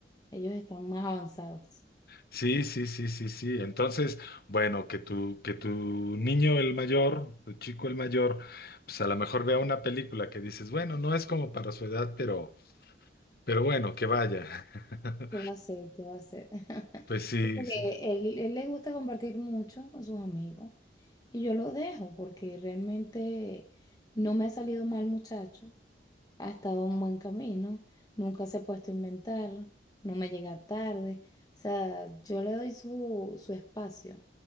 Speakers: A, on the left; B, on the left.
A: Ellos están más avanzados.
B: Sí, sí, sí, sí, sí. Entonces, bueno, que tu, que tu niño el mayor, tu chico el mayor, pues a lo mejor vea una película que dices, bueno, no es como para su edad, pero, pero bueno, que vaya. <laughs>
A: ¿Qué va a hacer? ¿Qué va a hacer? <laughs>
B: Pues sí,
A: Sí, porque
B: sí,
A: él, él le gusta compartir mucho con sus amigos y yo lo dejo porque realmente no me ha salido mal muchacho, ha estado en buen camino, nunca se ha puesto a inventar, no me llega tarde, o sea, yo le doy su, su espacio,